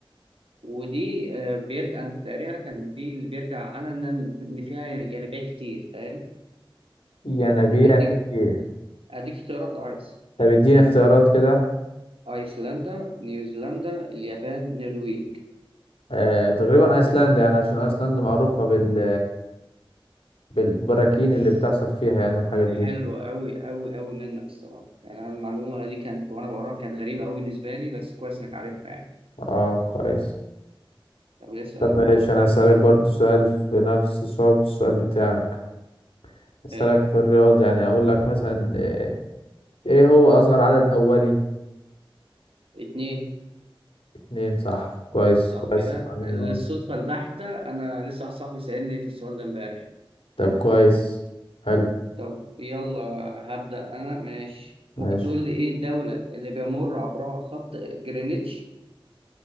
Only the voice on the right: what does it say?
ودي آه، بيرجع انا كنت قاريها كان دي اللي بيرجع عنها ان إن فيها ينابيع كتير فاهم؟
اديك
اديك اختيارات لو عايز
ايسلندا نيوزيلندا اليابان النرويج
اوف
حلو
قوي قوي قوي منك الصراحه يعني انا المعلومه دي كانت وانا بقراها كانت غريبه قوي بالنسبه لي بس كويس انك عارفها يعني
طب اسال
يلا
حلو.
اتنين
صح
كده
للصدفه البحته انا لسه واحد صاحبي سالني في السؤال ده امبارح
طب يلا هبدا انا ماشي
ممكن تقول لي ايه الدوله اللي بيمر عبرها خط جرينتش